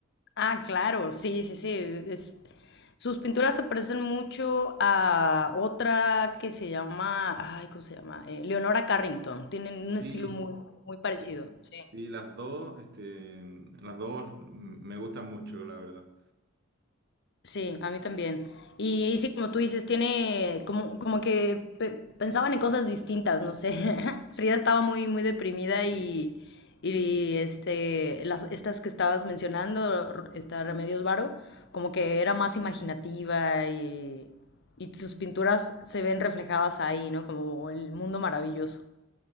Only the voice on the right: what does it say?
Sí,
Sí,
Sí, las dos, este, las dos mm, me gustan mucho, la verdad.